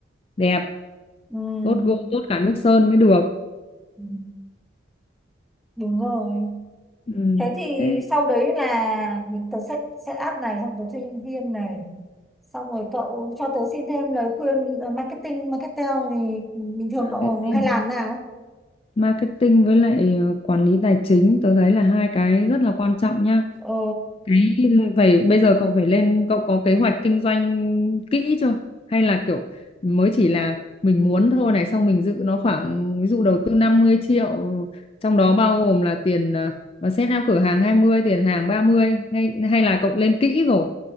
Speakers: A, on the left; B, in the centre.
A: đẹp
B: ừ.
A: tốt gỗ tốt cả nước sơn mới được
B: Ừ, đúng rồi
A: ừ.
B: thế thì
A: thế
B: sau đấy là mình tớ set set up này xong tớ thuê nhân viên này xong rồi cậu cho tớ xin thêm lời khuyên ờ, marketing marketing thì bình thường
A: marketing
B: cậu hay làm nào
A: marketing với lại ờ, quản lý tài chính tôi thấy là hai cái rất là quan trọng nhá
B: ờ,
A: Đấy, vậy bây giờ cậu phải lên cậu có kế hoạch kinh doanh kỹ chưa hay là kiểu mới chỉ là mình muốn thôi này xong mình dự nó khoảng ví dụ đầu tư năm mươi triệu trong đó bao gồm là tiền ờ, ờ, set up cửa hàng hai mươi tiền hàng ba mươi hay hay là cậu lên kỹ rồi